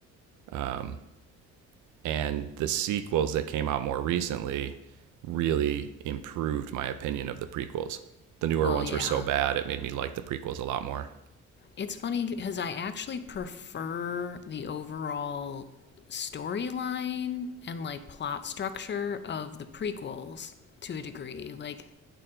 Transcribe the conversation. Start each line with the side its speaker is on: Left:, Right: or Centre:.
Right: Um, and the sequels that came out more recently really improved my opinion of the prequels. The newer
Left: Well,
Right: ones
Left: yeah.
Right: were so bad it made me like the prequels a lot more.
Left: It's funny because I actually prefer the overall storyline and like plot structure of the prequels to a degree. Like